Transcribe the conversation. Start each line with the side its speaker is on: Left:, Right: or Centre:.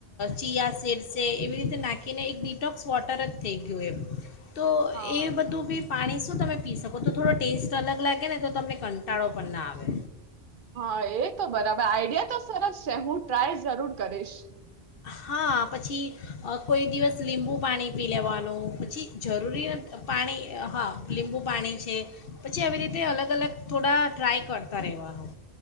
Left: ચીયા સીડસ એવી રીતે નાખીને એક ડિટોક્સ વોટર જ થઈ ગયું એમ. તો
Right: હા
Left: એ બધું બી પાણી શું તમે પી શકો તો થોડો ટેસ્ટ અલગ લાગે ને તો તમને કંટાળો પણ ના આવે.
Right: હા એ તો બરાબર આઈડિયા તો સરસ છે હું ટ્રાય જરૂર કરીશ.
Left: હા પછી કોઈ દિવસ લીંબુ પાણી પી લેવાનું પછી જરૂરી પાણી હા લીંબુ પાણી છે પછી આવી રીતે અલગ અલગ થોડા ટ્રાય કરતાં રહેવાનું.